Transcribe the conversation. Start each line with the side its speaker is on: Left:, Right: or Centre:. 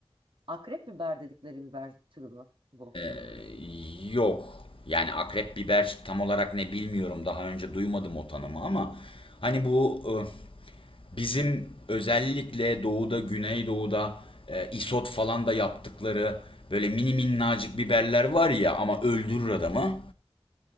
Right: akrep biber dedikleri biber türü mü bu?
Left: Ee, Yok. Yani akrep biber tam olarak ne bilmiyorum. Daha önce duymadım o tanımı ama hani bu e, bizim özellikle doğuda, güneydoğuda e, isot falan da yaptıkları böyle mini minnacık biberler var ya ama öldürür adamı.